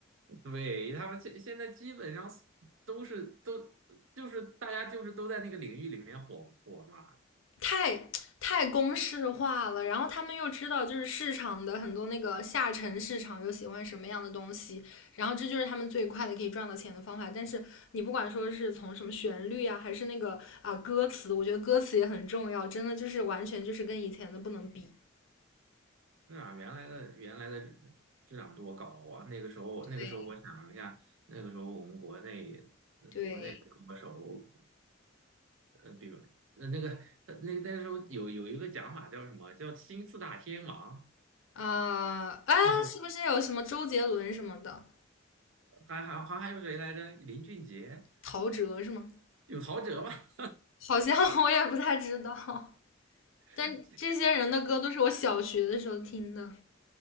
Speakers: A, on the right; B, on the left.
A: 对，他们现现在基本上都是都就是大家就是都在那个领域里面火火嘛，
B: 太太公式化了，然后他们又知道就是市场的很多那个下沉市场又喜欢什么样的东西，然后这就是他们最快的可以赚到钱的方法。但是你不管说是从什么旋律啊，还是那个啊歌词，我觉得歌词也很重要，真的就是完全就是跟以前的不能比。
A: 那啊，原来的原来的质量多高啊！那个时候那个时候我想一下，
B: 对
A: 那个时候我们国内
B: 对
A: 国内的歌手，呃，比如呃那个呃那那时候有有一个讲法叫什么叫新四大天王，
B: 啊，哎，
A: 叫什么
B: 是不是有什么周杰伦什么的，
A: 还还还还有谁来着？林俊杰，
B: 陶喆是吗？
A: 有陶喆吧？
B: 好像 <laughs> 我也不太知道，但这些人的歌都是我小学的时候听的。
A: <laughs>